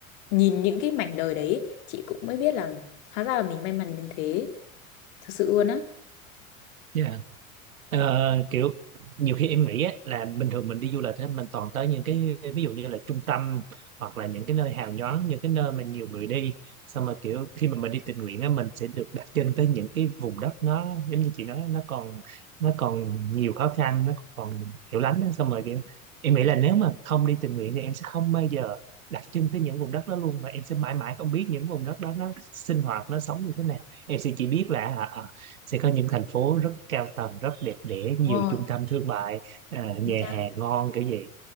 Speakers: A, on the left; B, on the right.
A: nhìn những cái mảnh đời đấy chị cũng mới biết là hóa ra là mình may mắn đến thế thực sự luôn á
B: á Ờ, kiểu nhiều khi em nghĩ á, là bình thường mình đi du lịch á, mình toàn tới những cái ví dụ như là trung tâm hoặc là những cái nơi hào nhoáng những cái nơi mà nhiều người đi xong mà kiểu khi mà mình đi tình nguyện á, mình sẽ được đặt chân tới những cái vùng đất nó giống như chị nói nó còn nó còn nhiều khó khăn nó còn hiểu lắm á. xong rồi kiểu em nghĩ là nếu mà không đi tình nguyện thì em sẽ không bao giờ đặt chân tới những vùng đất đó luôn và em sẽ mãi mãi không biết những vùng đất đó nó sinh hoạt nó sống như thế nào em sẽ chỉ biết là hả, sẽ có những thành phố rất cao tầng rất đẹp đẽ nhiều
A: Đúng rồi
B: trung tâm thương mại à,
A: chính
B: nhà
A: xác
B: hàng ngon kiểu vậy